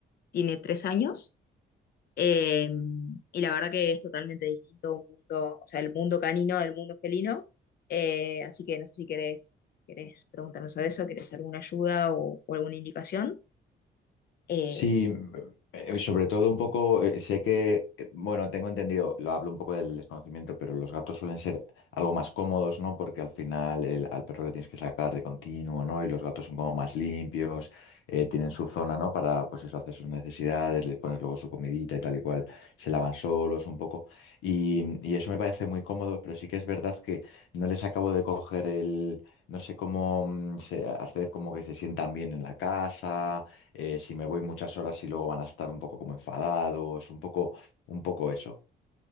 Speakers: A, on the left (about 50°); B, on the left (about 85°).
A: tiene tres años Eh, y la verdad que es totalmente distinto un mundo, o sea, el mundo canino del mundo felino. Eh, así que no sé si querés, querés preguntarnos sobre eso, querés alguna ayuda o, o alguna indicación. Eh,
B: Sí, eh, sobre todo un poco, eh, sé que, eh, bueno, tengo entendido, lo hablo un poco del desconocimiento, pero los gatos suelen ser algo más cómodos, ¿no? Porque al final el- al perro le tienes que sacar de continuo, ¿no? Y los gatos son como más limpios, eh, tienen su zona, ¿no? Para, pues eso, hacer sus necesidades, les pones luego su comidita y tal y cual, se lavan solos un poco. Y, y eso me parece muy cómodo, pero sí que es verdad que no les acabo de coger el, no sé cómo mm, se- hacer como que se sientan bien en la casa eh, si me voy muchas horas y luego van a estar un poco como enfadados, un poco, un poco eso.